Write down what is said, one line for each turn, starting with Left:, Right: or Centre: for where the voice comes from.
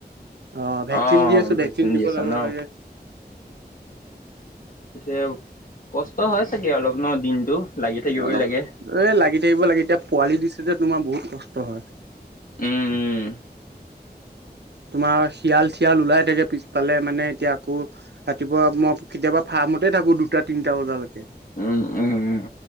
Right: অহ' ভেকচিন
Left: অ',
Right: দি আছোঁ, ভেকচিন দিব
Left: দি আছা
Right: যাব
Left: ন
Right: লাগে।
Left: পিছে কষ্ট হয় চাগে অলপ ন দিনটো লাগি থাকিবই
Right: অলপ
Left: লাগে।
Right: এই লাগি থাকিব লাগে। এতিয়া পোৱালি দিছে যে তোমাৰ বহুত কষ্ট হয়।
Left: উম,
Right: তোমাৰ শিয়াল চিয়াল ওলাই থাকে পিছফালে মানে এতিয়া আকৌ ৰাতিপুৱা মই কেতিয়াবা ফাৰ্মতে থাকোঁ দুটা তিনটা বজালৈকে।
Left: উম, উম, উম,